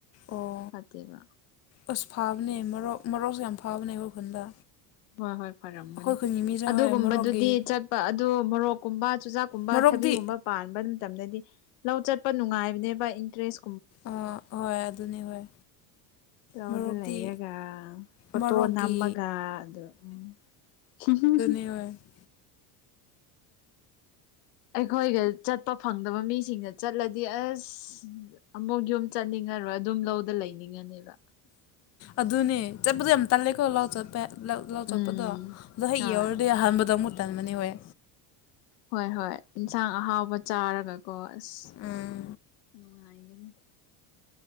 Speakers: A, on the left; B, on the left.
A: ꯑꯣ
B: ꯐꯠꯇꯦꯕ
A: ꯑꯁ ꯐꯕꯅꯦ ꯃꯔꯣꯛ ꯃꯔꯣꯛ ꯌꯥꯝ ꯐꯥꯕꯅꯦ ꯈꯨꯟꯗ
B: ꯍꯣꯏ ꯍꯣꯏ ꯐꯔꯝꯒꯅꯤ
A: ꯑꯩꯈꯣꯏ ꯈꯨꯟꯒꯤ ꯃꯤꯁꯦ
B: ꯑꯗꯨꯒꯨꯝꯕꯗꯨꯗꯤ
A: ꯍꯣꯏ ꯃꯔꯣꯛꯀꯤ
B: ꯆꯠꯄ ꯑꯗꯨ ꯃꯣꯔꯣꯛꯀꯨꯝꯕ ꯆꯨꯖꯥꯛꯀꯨꯝꯕ
A: ꯃꯔꯣꯛꯇꯤ
B: ꯊꯕꯤꯒꯨꯝꯕ ꯄꯥꯟꯕ ꯃꯇꯝꯗꯗꯤ ꯂꯧ ꯆꯠꯄ ꯅꯨꯡꯉꯥꯏꯕꯅꯦꯕ ꯏꯟꯇꯔꯦꯁ
A: ꯑ ꯍꯣꯏ ꯑꯗꯨꯅꯤ ꯍꯣꯏ
B: ꯂꯧꯗ
A: ꯃꯣꯔꯣꯛꯇꯤ
B: ꯂꯩꯔꯒ ꯐꯣꯇꯣ
A: ꯃꯣꯔꯣꯛꯀꯤ
B: ꯅꯝꯃꯒ ꯎꯝ ꯍ <inaudible>
A: <unintelligible>
B: ꯑꯩꯈꯣꯏꯒ ꯆꯠꯄ ꯐꯪꯗꯕ ꯃꯤꯁꯤꯡꯗ ꯆꯠꯂꯗꯤ ꯑꯁ ꯑꯃꯨꯛ ꯌꯨꯝ ꯆꯠꯅꯤꯡꯉꯔꯣꯏ ꯑꯗꯨꯝ ꯂꯧꯗ ꯂꯩꯅꯤꯡꯉꯅꯤꯕ
A: ꯑꯗꯨꯅꯦ ꯆꯠꯄꯗꯣ ꯌꯥꯝ ꯇꯜꯂꯦꯀꯣ ꯂꯧ ꯆꯠꯄ ꯂꯧ
B: ꯎꯝ
A: ꯆꯠꯄꯗꯣ ꯑꯗꯣ ꯍꯦꯛ
B: ꯍꯣꯏ
A: ꯌꯧꯔꯗꯤ ꯑꯍꯥꯟꯕꯗꯣ ꯑꯃꯨꯛ ꯇꯟꯕꯅꯤ ꯍꯣꯏ
B: ꯍꯣꯏ ꯍꯣꯏ ꯏꯟꯁꯥꯡ ꯑꯍꯥꯎꯕ ꯆꯥꯔꯒꯀꯣ ꯑꯁ
A: ꯎꯝ
B: ꯉꯥꯏꯒꯦꯅꯦ